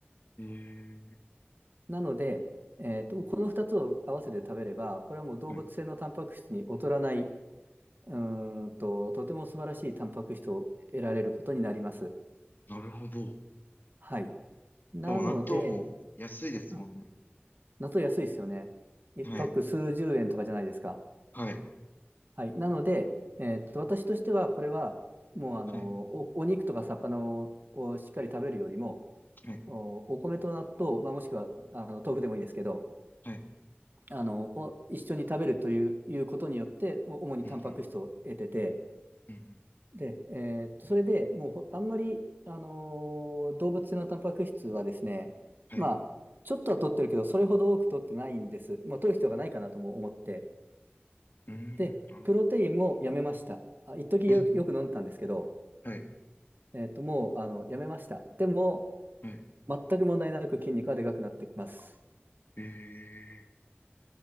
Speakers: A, on the left (about 50°); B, on the right (about 50°).
A: えー、
B: なので、えーと、この2つを合わせて食べればこれはもう動物性のタンパク質に劣らない
A: はい、
B: うーんととても素晴らしいタンパク質を得られることになります。
A: なるほど。
B: はい。なので、
A: でも納豆も安いですもんね。
B: あ納豆安いですよね。1ク数十円とかじゃないですか。
A: はい、はい、
B: はい。なので、えーと、私としてはこれはもうあのお、
A: はい、
B: お肉とか魚ををしっかり食べるよりも
A: はい、
B: お、お米と納豆、まあ、もしくはあの豆腐でもいいですけど、
A: はい、
B: あの、を一緒に食べるという、いうことによって、お主にタンパク質を得てて、
A: うん、うん、うん、
B: で、えーっと、それでもうほあんまり、あのー動物性のタンパク質はですね、
A: はい、
B: まあ、ちょっとは取ってるけど、それほど多く取ってないんです。まあ、取る人がないかなとも思って。
A: うん、
B: で、
A: なるほど。
B: プロテインもやめました。あ、一時よ、
A: え、
B: よく飲んでたんですけど、
A: はい、
B: えーっと、もう、あの、やめました。でも、
A: はい、
B: 全く問題なく筋肉はでかくなってきます。
A: え